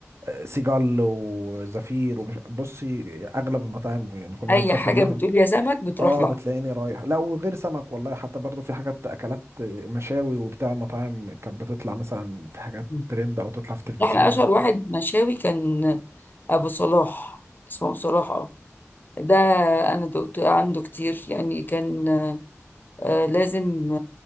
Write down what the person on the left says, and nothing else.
اي
حاجه
بتقول يا سمك بتروح
لها
مم.
احنا اشهر واحد مشاوي كان ابو صلاح اسمه ابو صلاح اه ده انا دقت عنده كتير يعني كان آه، لازم